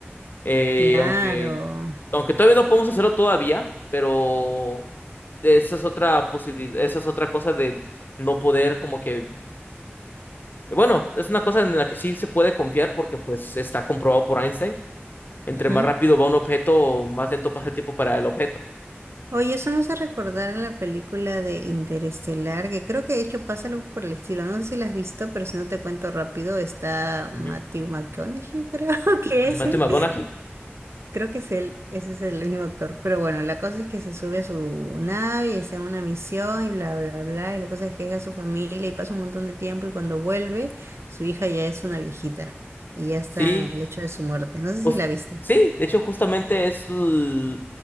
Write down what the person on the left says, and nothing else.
Eh,
aunque, aunque todavía no podemos hacerlo todavía, pero esa es otra posibilidad, esa es otra cosa de no poder como que, bueno, es una cosa en la que sí se puede confiar porque pues está comprobado por Einstein. Entre
más rápido va un objeto, más lento pasa el tiempo para el objeto.
Ujú.
Matthew
McConaughey.
Sí,
Jus-
sí, de hecho, justamente es. l-